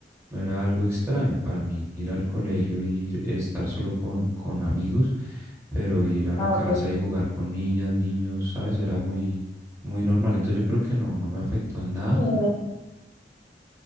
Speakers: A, on the right; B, on the left.
A: no era algo extraño para mí ir al colegio y estar solo con, con amigos, pero ir a la
B: Ah,
A: casa
B: ok.
A: y jugar con niñas, niños, ¿sabes? Era muy muy normal. Entonces yo creo que no, no me afectó en nada.
B: Muy bien.